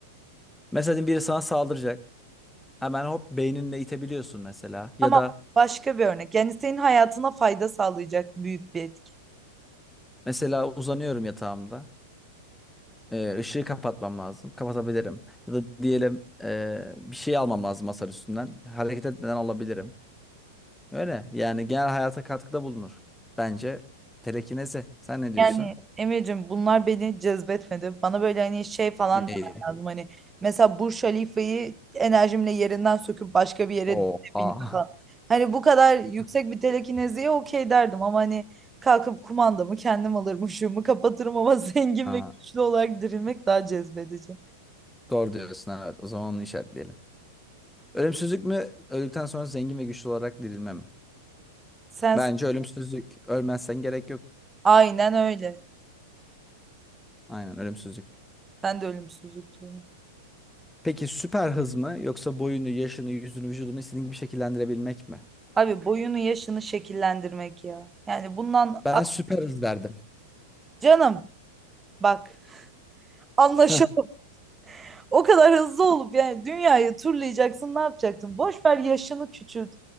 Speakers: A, in the centre; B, on the right.
A: Mesela diyelim biri sana saldıracak. Hemen hop beyninle itebiliyorsun mesela. Ya
B: Tamam
A: da
B: başka bir örnek. Yani senin hayatına fayda sağlayacak büyük bir etki.
A: mesela uzanıyorum yatağımda. Ee, ışığı kapatmam lazım. Kapatabilirim. Ya da diyelim ee, bir şey almam lazım masar üstünden. Hareket etmeden alabilirim. Öyle. Yani genel hayata katkıda bulunur. Bence telekinezi. Sen ne diyorsun?
B: Yani Emre'cim bunlar beni cezbetmedi. Bana böyle hani şey falan demen
A: İyi.
B: lazım. Hani mesela Burj Halifa'yı enerjimle yerinden söküp başka bir yere
A: Oha.
B: binmek falan. Hani bu kadar yüksek bir telekineziye okey derdim ama hani kalkıp kumandamı kendim alırım, ışığımı kapatırım ama <laughs> zengin
A: Ha,
B: ve güçlü olarak dirilmek daha cezbedici.
A: doğru diyorsun evet. O zaman onu işaretleyelim. Ölümsüzlük mü? Öldükten sonra zengin ve güçlü olarak dirilme mi?
B: Sen
A: Bence ölümsüzlük. Ölmezsen gerek yok.
B: aynen öyle.
A: Aynen ölümsüzlük.
B: Ben de ölümsüzlük diyorum.
A: Peki süper hız mı yoksa boyunu, yaşını, yüzünü, vücudunu istediğin gibi şekillendirebilmek mi?
B: Abi boyunu yaşını şekillendirmek ya. Yani bundan
A: Ben
B: ah,
A: süper hız derdim.
B: canım bak anlaşıldı.
A: <laughs>
B: O kadar hızlı olup yani dünyayı turlayacaksın ne yapacaksın? Boş ver yaşını küçült.